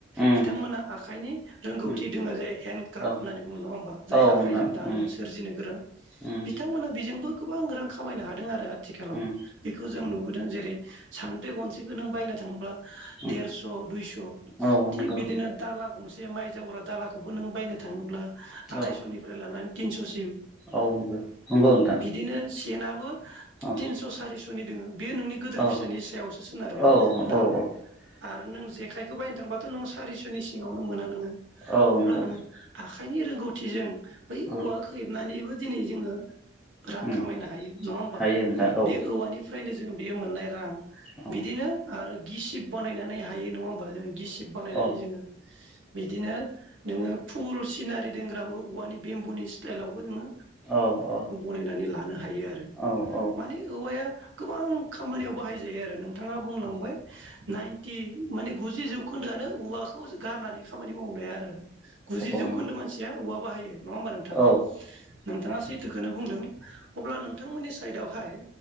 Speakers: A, in the centre; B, on the right (about 75°).
A: उम
B: बिथांमोना आखाइनि रोंगौथि
A: उम
B: दोङो जे हेन्द क्राफ्ट
A: औ
B: होननानै बुङो नङा हबा जाय
A: औ
B: आखाय
A: नोंथां
B: जों दानो
A: उम
B: सोरजिनो गोरों
A: उम
B: बिथांमोना बिजोंबो गोबां रां खामायनो हादों आरो आथिखालाव
A: उम
B: बेखौ जों नुबोदों जेरै सान्द्रि गनसेखौ नों बायनो थांबा
A: उम
B: देरस'
A: उम
B: दुयस'
A: औ
B: थिग
A: नंगौ
B: बिदिनो दालां गंसे माइ जावग्रा दालाखौबो नों बायनो थाङोब्ला आरायस'निफ्राय
A: औ
B: लानानै थिनस'सिम
A: औ नंगौ-नोंगौ‌ नोंथां
B: बिदिनो सेनाबो
A: औ
B: थिनस' सारिस'नि दोङो बेयो नोंनि गोदोर
A: औ
B: फिसानि सायावसो सोनारगोन
A: औ औ
B: दामा
A: औ
B: आरो नों जेखाय बेखौ बायनो थांबाथ' नों सारिस'नि सिङावनो मोना नोङो
A: औ
B: अब्ला
A: नंगौ
B: नोङो आखाइनि रोंगौथिजों बै
A: औ
B: औवा हेबनानैबो दिनै जोङो रां
A: उम
B: खामायनो हायो नङा होमबा
A: हायो नोंथां औ
B: बे औवानिफ्रायनो जोङो बेयो मोननाय रां
A: औ
B: बिदिनो आरो गिसिब बानायनानै हायो नङा होनबा बा जों गिसिब बानायनानै
A: औ उम
B: जोङो बिदिनो नोङो फुल सिनारि देंग्राबो औवानि बेम्ब'नि स्टाइलावबो नोङो
A: औ औ
B: नानै लानो हायो आरो
A: औ औ नोंथां औ
B: माने औवयाव गोबां खामानियाव बाहाय जायो आरो नोंथाङा बुंलांबाय नाइनटि माने गुजि जि जौखोन्दोआनो औवाखौ गारनानै खामानि मावनो हाया आरो गुजि जौखोन्दो
A: उम
B: मानसिया बाहायो नङा होनबा नोंथां
A: औ
B: नोंथाङा सैथोखोनो बुंदों अब्ला नोंथांमोनि साइदआवहाय